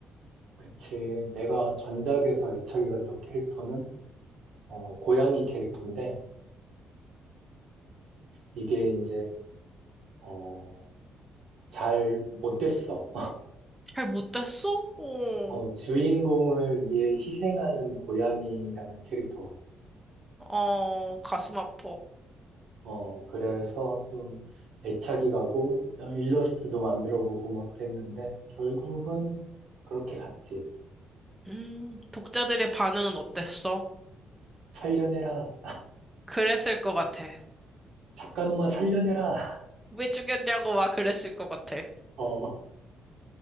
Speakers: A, on the right; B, in the centre.
A: 그치. 내가 전작에서 애착이 갔던 캐릭터는, 어, 고양이 캐릭터인데, 이게 이제, 어, 잘 못 됐어.
B: 잘 못됐어?
A: 지-
B: 어,
A: 어, 주인공을 위해 희생하는 고양이라는 캐릭터거든.
B: 어, 가슴 아파.
A: 어, 그래서 좀 애착이 가고, 어, 일러스트도 만들어 보고 막 그랬는데, 결국은 그렇게 갔지.
B: 음, 독자들의 반응은 어땠어?
A: 살려내라.
B: 그랬을 것 같아.
A: 작가놈아 살려내라. <laughs>
B: 왜 죽였냐고 막 그랬을 것 같아.
A: 어,